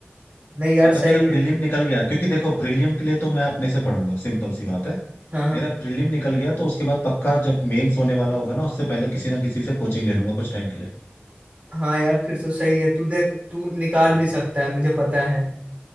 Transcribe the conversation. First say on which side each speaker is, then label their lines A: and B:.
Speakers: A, on the right; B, on the left.
A: नहीं यार
B: अगर
A: सही
B: मेरा प्रीलिम
A: है
B: निकल गया क्योंकि देखो प्रीलिम के लिए तो मैं अपने से पढ़ूंगा सिंपल सी बात है
A: हाँ हाँ
B: मेरा प्रीलिम निकल गया तो उसके बाद पक्का जब मेंस होने वाला होगा ना उससे पहले किसी ना किसी से कोचिंग ले लूंगा कुछ टाइम के लिए
A: हाँ यार फिर तो सही है तू देख तू निकाल
B: हम्म।
A: भी सकता है मुझे पता है